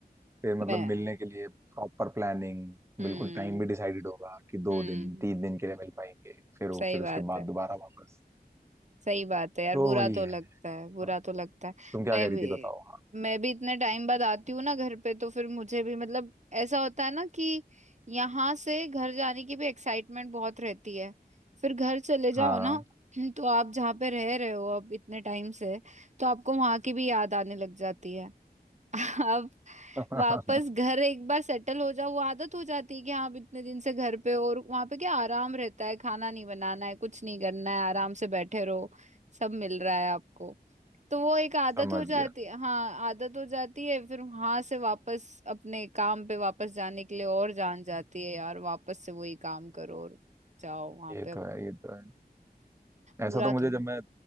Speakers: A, on the right; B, on the right.
A: फिर मतलब
B: मैं
A: मिलने के लिए प्रॉपर प्लानिंग
B: हम्म
A: बिल्कुल टाइम भी डिसाइडेड होगा कि दो
B: हम्म
A: दिन तीन दिन के लिए मिल पाएंगे फिर वो
B: सही
A: फिर
B: बात
A: उसके बाद
B: है
A: दोबारा वापस
B: सही बात है यार
A: तो
B: बुरा
A: वही
B: तो
A: है
B: लगता है
A: हाँ,
B: बुरा तो लगता है
A: तुम क्या
B: मैं
A: कह रही
B: भी
A: थी बताओ
B: मैं भी इतने टाइम बाद आती हूँ ना घर पे तो फिर मुझे भी मतलब ऐसा होता है ना कि यहाँ से घर जाने की भी एक्साइटमेंट बहुत रहती है फिर घर चले जाओ
A: हाँ
B: ना <clears throat> तो आप जहाँ पे रह रहे हो अब इतने टाइम से तो आपको वहां की भी याद आने लग जाती है अब
A: हाँ
B: वापस घर एक बार सेटल हो जाओ वो आदत हो जाती है कि हाँ अब इतने दिन से घर पे हो, और वहां पे क्या आराम रहता है खाना नहीं बनाना है कुछ नहीं करना है आराम से बैठे रहो सब मिल रहा है आपको तो वो एक
A: <laughs>
B: आदत
A: समझ
B: हो जाती
A: गया
B: है हाँ आदत हो जाती है फिर वहां से वापस अपने काम पे वापस जाने के लिए और जान जाती है यार वापस से वही काम करो और जाओ वहां
A: ये
B: पे अपन-
A: तो है ये तो है ऐसा
B: बुरा
A: तो मुझे
B: तो ना
A: जब मैं